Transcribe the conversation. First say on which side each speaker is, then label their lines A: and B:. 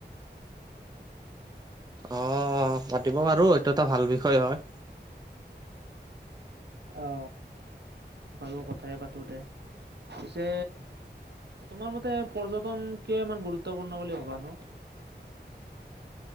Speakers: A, on the right (about 20°); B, on the right (about 70°).
A: অ পাতিব পাৰো এইটো এটা ভাল বিষয় হয়।
B: অ, বাৰু কথাই পাতোদে। পিছে তোমাৰ মতে পৰ্যটন কিয় ইমান গুৰুত্বপূৰ্ণ বুলি ভবানো?